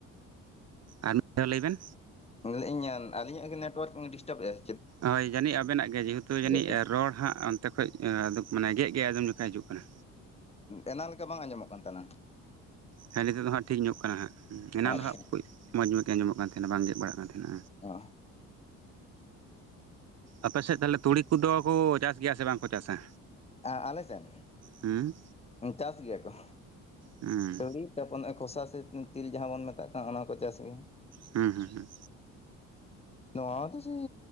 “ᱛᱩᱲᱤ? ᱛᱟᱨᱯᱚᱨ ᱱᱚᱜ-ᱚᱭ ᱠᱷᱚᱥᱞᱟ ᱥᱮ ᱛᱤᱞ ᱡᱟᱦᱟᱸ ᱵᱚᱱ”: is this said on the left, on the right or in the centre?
Left